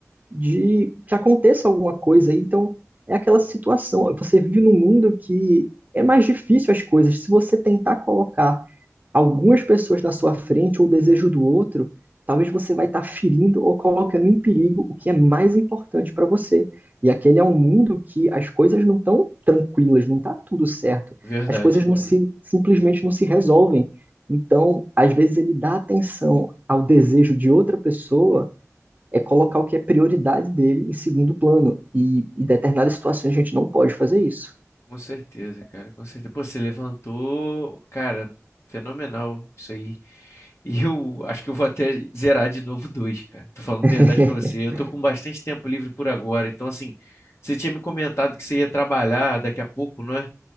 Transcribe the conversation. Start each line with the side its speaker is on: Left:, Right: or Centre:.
Right: de que aconteça alguma coisa aí. Então, é aquela situação. Você vive num mundo que é mais difícil as coisas. Se você tentar colocar algumas pessoas na sua frente ou o desejo do outro, talvez você vai estar ferindo ou colocando em perigo o que é mais importante para você. E aquele é um mundo que as coisas não estão tranquilas, não está tudo certo.
Left: verdade.
Right: As coisas não se simplesmente não se resolvem. Então, às vezes ele dá atenção ao desejo de outra pessoa é colocar o que é prioridade dele em segundo plano. E em determinadas situações a gente não pode fazer isso.
Left: Com certeza, cara, com certeza. Pô, você levantou, cara, fenomenal isso aí. E eu acho que eu vou até zerar de novo <laughs> dois, cara. Tô falando
Right: <laughs>
Left: a verdade pra você. Eu tô com bastante tempo livre por agora. Então, assim, você tinha me comentado que você ia trabalhar daqui a pouco, não é?